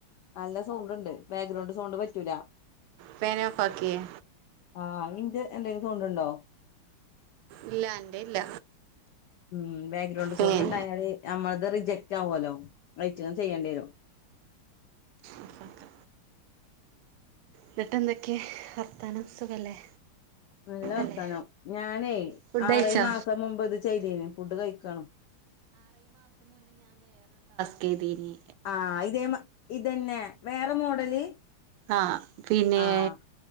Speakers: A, on the left; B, on the right.
A: നല്ല സൗണ്ട് ഉണ്ട് ബാക്ക്ഗ്രൗണ്ട് സൗണ്ട് പറ്റൂല
B: ഫാൻ ഓഫ് ആക്കിയേ
A: ആഹ് ഇന്ത് എന്തേലും സൗണ്ടുണ്ടോ
B: ഇല്ല എന്റെ ഇല്ല
A: മ് ബാക്ക്ഗ്രൗണ്ട്
B: ഫാൻ
A: സൗണ്ട് ണ്ടായാല് ഞമ്മളത് റിജെക്റ്റ് ആവോലോ. അയ്ച്ചങ്ങന്നേ ചെയ്യണ്ട്യേരും.
B: ഇപ്പളത്തെ ന്ന്ട്ടെന്തൊക്കെ വർത്താനം സുഖല്ലേ?
A: നല്ല വർത്താനം
B: അല്ലേ
A: ഞാനെയ്
B: ഫുഡ്
A: ആറേയ്
B: കഴിച്ചോ
A: മാസം മുമ്പ് ഇത് ചെയ്തീനു. ഫുഡ് കയ്ക്കാണ്.
B: ക്കെതിനി
A: ആഹ് ഇതേമാ ഇതെന്നെ വേറെ മോഡല്
B: ആഹ് പിനേ
A: ആഹ്